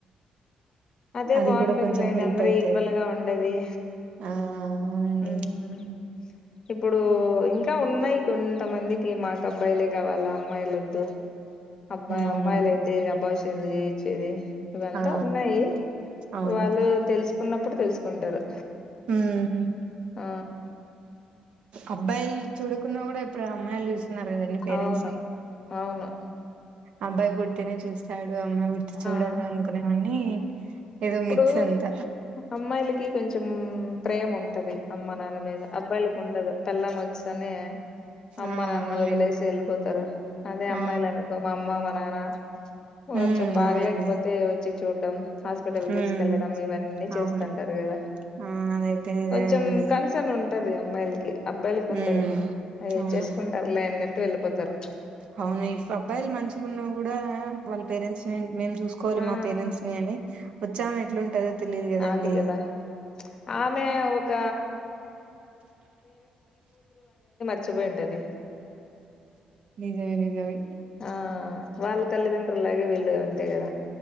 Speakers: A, on the left; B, on the right.
A: అదే
B: అది
A: బాగుంటుంది
B: కూడా కొంచెం
A: లెండి
B: హెల్ప్
A: అందరు
B: అయితది
A: ఈక్వల్ గా ఉండేది
B: ఆ అవునండి
A: ఉమ్ ఇప్పుడు
B: మ్మ్
A: ఇంకా ఉన్న ఉన్నాయి కొంతమందికి మాకు అబ్బాయిలే కావాల అమ్మాయిలు వద్దు అబ్బాయి
B: అవునవును
A: అమ్మాయిలయితే అబ్బాషన్ తెలిచేయ్ ఇవంతా
B: ఆ
A: ఉన్నాయి
B: అవునవును
A: వాళ్ళు తెలుసుకున్నప్పుడు తెలుసుకు కొంటారు
B: హుమ్
A: ఆ
B: అబ్బాయిలు చూడకున్నా కూడా ఇప్పుడు అమ్మాయిలు చూస్ ఉన్నారు కదండి పేరెంట్
A: అవును అవును
B: అబ్బాయి పుర్తేనే చూస్త సడు అమ్మాయి పుడితే చూడద
A: ఆ
B: అనుకునేవన్నీ ఏదో
A: ఇప్పుడు
B: మిచ్చు అంత
A: అమ్మాయిలకి కొంచెం ప్రేమ ఉంటది. అమ్మ నాన్న మీద అబ్బాయిలకు ఉండదు. పెళ్ళాం వచంగానే అమ్మ
B: ఆ
A: నాన్నను
B: అవునులేండి
A: వదిలేసి వెళ్ళిపోతారు. అదే అమ్మాయిలు
B: ఆ
A: అనుకో, మా అమ్మ, మా నాన్న కొంచెం
B: ఉమ్
A: బాగలేకపోతే
B: అవునండి
A: వచ్చి చూడ్డం.
B: ఉమ్
A: తీసుకెళ్లడం ఇవన్నీ చేస్తుంటరు
B: అవును
A: కదా
B: ఆ అదైతే నిజమేనండి
A: కొంచెం కన్సన్ ఉ ఉంటది అమ్మాయిలకి అబ్బాయిలకి ఉండదు
B: ఉమ్
A: అగ
B: అవును
A: చేసుకుంటారు లేన్న వెళ్ళిపోతారు
B: అవును ఈ అబ్బాయిలు మంచిగా ఉన్నా కూడా వల్ పేరెంట్స్ ని మేము చూసుకోవాలి
A: ఆ
B: మా పేరెంట్స్ అని వచ్చాం ఎట్లాంటుందో తెలియదు కదండి
A: అది కదా ఆమె ఒక మర్చి పోయింటది
B: నిజమే నిజమే
A: ఆ వాళ్ళ తల్లితండ్రులు లాగే వీళ్ళు కదా